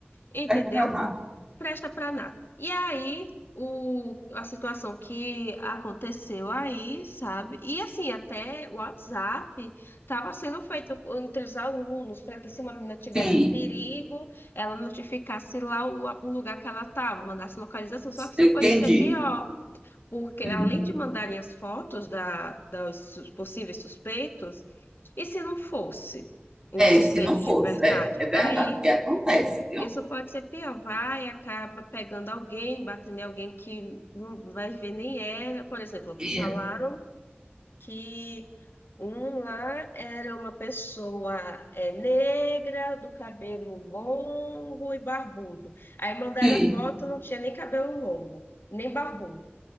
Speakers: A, on the left; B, on the right.
A: entendeu?
B: Serve pra nada.
A: Presta para nada. E aí o, a situação que aconteceu aí, sabe? E assim, até o WhatsApp estava sendo feito entre os alunos para que se uma menina tivesse
B: Sim,
A: perigo, ela notificasse lá o, o lugar que ela estava, mandasse localização. Só que isso
B: entendi.
A: pode ser pior porque
B: Uhum.
A: além de mandarem as fotos da, dos sus- possíveis suspeitos, e se não fosse o
B: É,
A: suspeito
B: se não fosse,
A: de verdade?
B: é, é verdade,
A: Aí
B: que acontece, viu?
A: isso pode ser pior, vai e acaba pegando alguém, batendo em alguém que não vai ver nem ela. Por exemplo,
B: E,
A: falaram que um lá era uma pessoa é, negra, do cabelo longo e barbudo. Aí mandaram
B: Sim,
A: a foto, não tinha nem cabelo longo, nem barbudo.